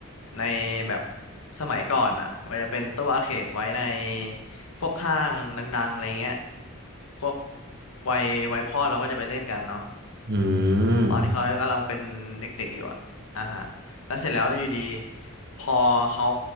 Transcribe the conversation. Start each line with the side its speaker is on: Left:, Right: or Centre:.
Left: ในแบบสมัยก่อนอ่ะมันจะเป็นตู้อาร์เขตไว้ในพวกห้างดังๆอะไรเงี้ยพวกวัยวัยพ่อเราก็จะไปเล่นกันเนาะ
Right: อืม
Left: ตอนที่เขากำลังเป็นเด็กๆอยู่อะอ่าฮะแล้วเสร็จแล้วอยู่ดี พอเขา